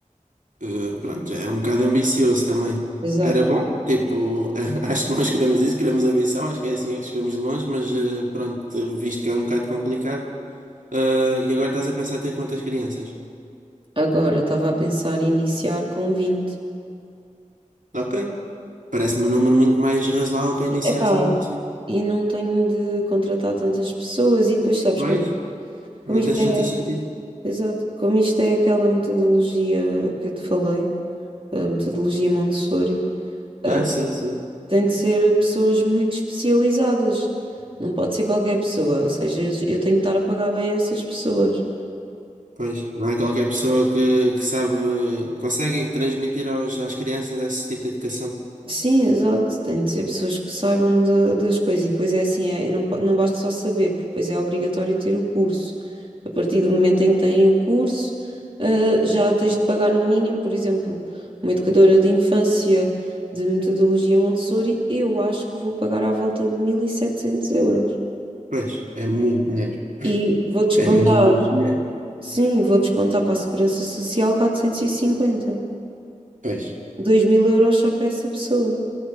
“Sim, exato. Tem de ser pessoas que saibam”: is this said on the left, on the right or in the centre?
Right